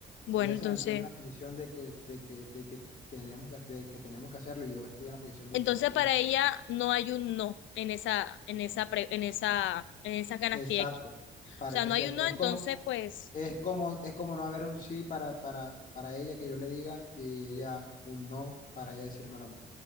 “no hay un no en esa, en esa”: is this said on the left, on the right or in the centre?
Left